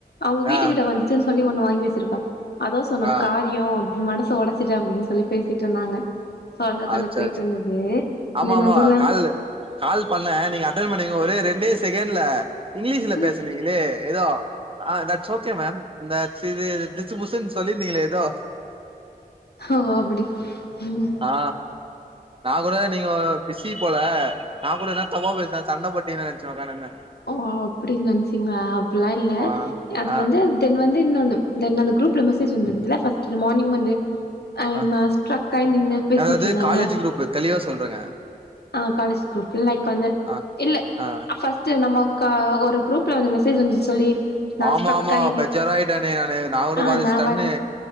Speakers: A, on the left (about 85°); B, on the right (about 35°).
A: அவங்க வீட்டு
B: ஆ
A: கிட்ட வந்துச்சுன் சொல்லி ஒண்ணு வாங்கி வச்சிருக்கா அதொவ் சொன்ன
B: ஆ
A: காரியோ அப்டி மனச ஒடச் ச்சிட்டா அப்டின் சொல்லி பேசிட்ருந்தாங்க சோ அதுல கொஞ்சு
B: அச்சோ
A: போயிட்ருந்ததே
B: ஆமா
A: தென்
B: ஆமா
A: அதுல்லாம்
B: கால் கால் பண்ண நீங்க அட்டன் பண்ணீங்கோ ஒரே ரெண்டே செகெண்ல இங்லீஷுல
A: ம்
B: பேஸ் சொன்னீங்கிளே ஏதோ ஆ தட்ஸ் ஷஓகே தட்ஸ் இது திசு புசுன் சொல்லிர்ந்தீங்களே எதோ
A: ஹஷோ அப்படி ஹின்
B: ஆ நா கூட நீங்கோ பிஸி போல நா கூட என்னா தப்பா பேஸ்னாத் சண்ட போட்டின்னன்ச்சு ஒக்காருந்த
A: ஓ அப்படின் நென்ச்சீங்கா அப்புல்லா இல்ல
B: ஆ
A: அது
B: ஆ
A: வந்தும் தென் வந்து இன்னொன்னு தென் அந்த க்ரூப்ல மெசேஜ் வந்துந்துல ஃபஸ்ட்லு மார்னிங் வந்து அ
B: ஆ
A: நா ஸ்ட்ரக்கை நின்னு பேசிட்ருந்தல
B: அதாவது காலேஜ் குரூப் தெளிவா சொல்றேங்க
A: ஆ காலேஜ் க்ரூப் லைக் வந்து
B: ஆ
A: இல்லே
B: ஆ
A: அ ஃபஸ் ச்ச நமக்கா ஒரு க்ரூப்ல வந்து மெசேஜ் வந்து சொல்லி நா
B: ஆமா
A: ஸ்ட்ரக்
B: ஆமா
A: ஆயி நின்
B: பெஜ்ஜார ஆய்ட்ட நி ஆனு நா கூட
A: ஆ
B: போதிச்ட்டன்னு
A: நா வந்து